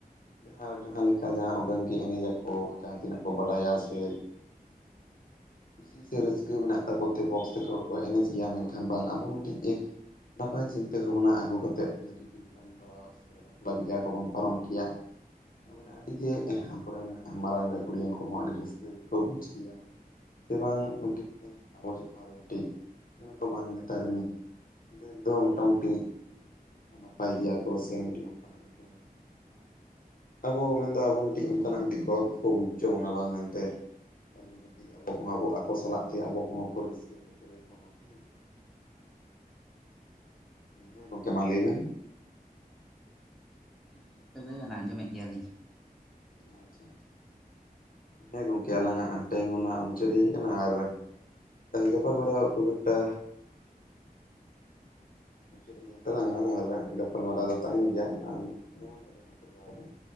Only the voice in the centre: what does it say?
ᱦᱮᱸ
ᱦᱮᱸ
ᱦᱮᱸ ᱦᱮᱸ ᱦᱮᱸ
ᱦᱮᱸ
ᱦᱮᱸ ᱜᱚᱝᱠᱮ ᱞᱟᱹᱭ ᱵᱮᱱ ᱟᱸᱡᱚᱢ ᱮᱫ ᱜᱮᱭᱟᱞᱤᱧ᱾